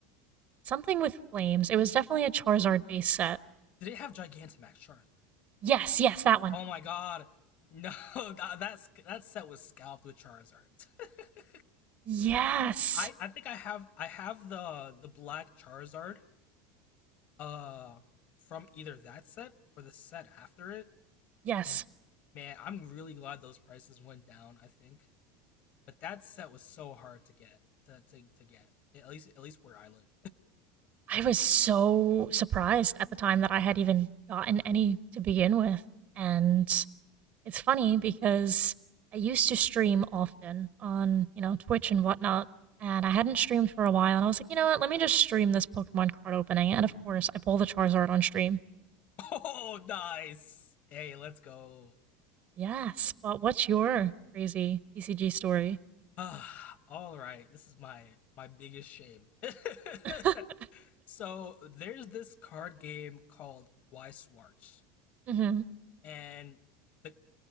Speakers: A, on the right; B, on the left.
A: Something with flames. It was definitely a Charizard base set.
B: Did it have Gigantamax Charizard?
A: Yes, yes, that one.
B: Oh my god. <laughs> No, that that's, that set was scalped with Charizards. <laughs>
A: Yes,
B: I I think I have I have the the black Charizard uh from either that set or the set after it.
A: yes.
B: And man, I'm really glad those prices went down, I think. But that set was so hard to get to to, to get. At least at least where I lived.
A: I was so surprised at the time that I had even gotten any to begin with. And it's funny because I used to stream often on, you know, Twitch and whatnot, and I hadn't streamed for a while, and I was like, you know what, let me just stream this Pokemon card opening, and of course, I pull the Charizard on stream.
B: <laughs> oh, nice. Hey, let's go.
A: Yes, but what's your crazy P C G story?
B: Ah, all right. This is my my biggest shame.
A: <laughs>
B: <laughs> so there's this card game called Why Swartz,
A: mm-hmm.
B: and the,